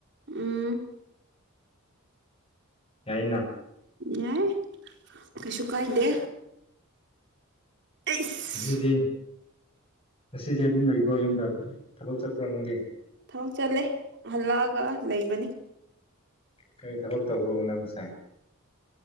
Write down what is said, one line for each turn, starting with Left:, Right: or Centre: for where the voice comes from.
Right: ꯎꯝ
Left: ꯌꯥꯏꯅ
Right: ꯌꯥꯏ ꯀꯩꯁꯨ ꯀꯥꯏꯗꯦ ꯑꯩꯁ
Left: ꯉꯁꯤꯗꯤ ꯉꯁꯤꯗꯤ ꯑꯗꯨꯝ ꯂꯩꯕ꯭ꯔꯣ ꯌꯨꯝꯗ ꯊꯕꯛ ꯆꯠꯄ꯭ꯔ ꯅꯪꯗꯤ
Right: ꯊꯕꯛ ꯆꯠꯂꯦ ꯍꯜꯂꯛꯑꯒ ꯂꯩꯕꯅꯦ
Left: ꯀꯔꯤ ꯊꯕꯛ ꯇꯧꯕ꯭ꯔꯣ ꯅꯪꯁꯦ